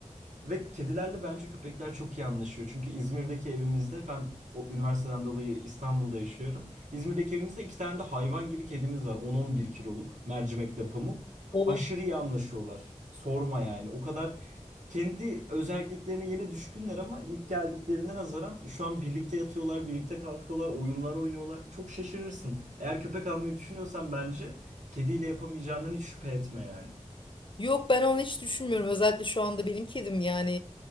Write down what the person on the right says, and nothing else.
Ve kedilerle bence köpekler çok iyi anlaşıyor. Çünkü İzmir'deki evimizde ben o üniversiteden dolayı İstanbul'da yaşıyorum. İzmir'deki evimizde iki tane de hayvan gibi kedimiz var. On on bir kiloluk mercimekle pamuk.
Aşırı iyi anlaşıyorlar. Sorma yani. O kadar kendi özelliklerine yine düşkünler ama ilk geldiklerine nazaran şu an birlikte yatıyorlar, birlikte kalkıyorlar, oyunlar oynuyorlar. Çok şaşırırsın. Eğer köpek almayı düşünüyorsan bence kediyle yapamayacağından hiç şüphe etme yani.